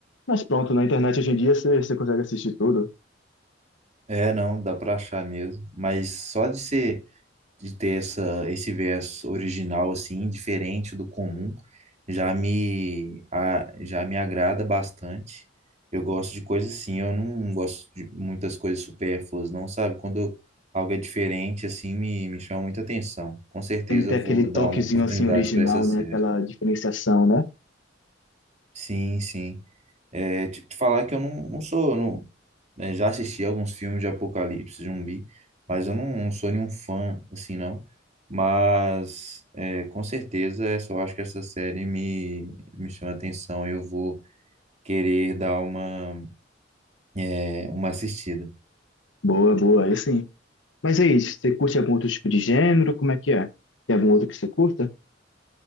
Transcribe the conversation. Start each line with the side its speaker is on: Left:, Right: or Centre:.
Left: Mas pronto, na internet hoje em dia você você consegue assistir tudo.
Right: É, não, dá pra achar mesmo. Mas só de ser de ter essa, esse viés original, assim, diferente do comum, já me, a, já me agrada bastante. Eu gosto de coisas assim, eu não gosto de muitas coisas supérfluas, não, sabe? Quando algo é diferente, assim, me, me chama muita atenção. Com certeza
Left: Tem que ter
Right: eu
Left: aquele
Right: vou dar
Left: toquezinho
Right: uma oportunidade
Left: assim original,
Right: para essa série.
Left: né? Aquela diferenciação, né?
Right: Sim, sim. É, te, te falar que eu não, não sou, não, né? Já assisti alguns filmes de apocalipse zumbi, mas eu não, não sou nenhum fã assim não. Mas é, com certeza essa, eu acho que essa série me, me chama atenção. Eu vou querer dar uma, é, uma assistida.
Left: Boa, boa, aí sim. Mas é isso. Você curte algum outro tipo de gênero? Como é que é? Tem algum outro que você curta?